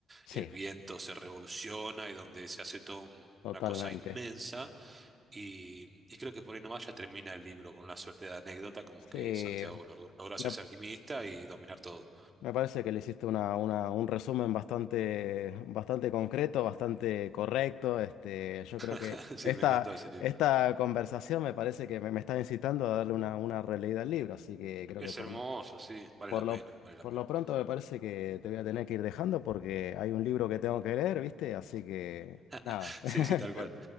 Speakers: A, on the left; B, on the right.
A: Sí.
B: el viento se revoluciona y donde se hace toda una
A: Totalmente.
B: cosa inmensa y, y creo que por ahí nomás ya termina el libro con una suerte de anécdota, como
A: Sí,
B: que Santiago logró, logró hacerse
A: me,
B: alquimista y dominar todo.
A: me parece que le hiciste una, una- un resumen bastante, bastante concreto, bastante correcto. Este, yo creo que
B: <laughs> Sí,
A: esta,
B: me encantó ese libro.
A: esta conversación me parece que me, me está incitando a darle una, una releída al libro, así que creo
B: Es
A: que por
B: hermoso,
A: lo,
B: sí, vale
A: por
B: la
A: lo,
B: pena, vale la
A: por
B: pena.
A: lo pronto me parece que te voy a tener que ir dejando porque hay un libro que tengo que leer, ¿viste? Así que nada.
B: <laughs>
A: <laughs>
B: Sí, sí, tal cual.